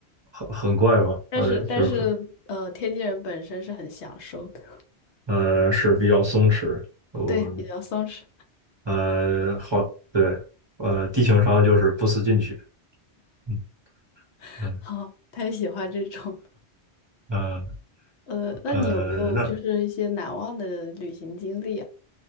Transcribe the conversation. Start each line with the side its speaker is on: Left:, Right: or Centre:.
Right: 很很怪吧，
Left: 但是但是呃，
Right: 呃，就是很，
Left: 天津人本身是很享受的，
Right: 呃，是比较松弛，
Left: <laughs>
Right: 嗯，
Left: 对，比较松弛，
Right: 呃，好，对，呃，地球上就是不思进取，嗯
Left: <laughs>
Right: 嗯
Left: 好，太喜欢这种了
Right: 呃
Left: 呃，那你有没有就是一些难忘的旅行经历啊？
Right: 呃，那